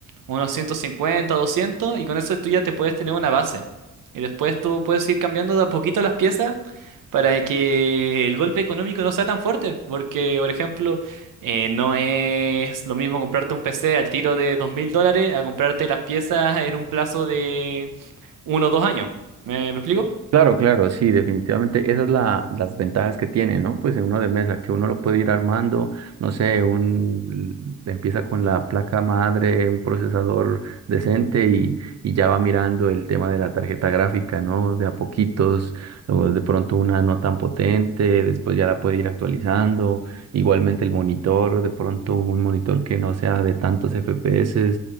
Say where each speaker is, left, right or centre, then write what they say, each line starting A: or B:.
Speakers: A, on the right; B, on the right.
A: Unos 150 200 y con eso tú ya te puedes tener una base. Y después tú puedes ir cambiando de a poquito las piezas para que el golpe económico no sea tan fuerte. Porque, por ejemplo, eh, no es lo mismo comprarte un PC al tiro de 2.000 dólares a comprarte las piezas en un plazo de uno o dos años. ¿Me, me explico?
B: Claro, claro, sí, definitivamente esas son la, las ventajas que tiene, ¿no? Pues en uno de mesa, que uno lo puede ir armando, no sé, un, empieza con la placa madre, un procesador decente y, y ya va mirando el tema de la tarjeta gráfica, ¿no? De a poquitos, luego de pronto una no tan potente, después ya la puede ir actualizando, igualmente el monitor, de pronto un monitor que no sea de tantos FPS,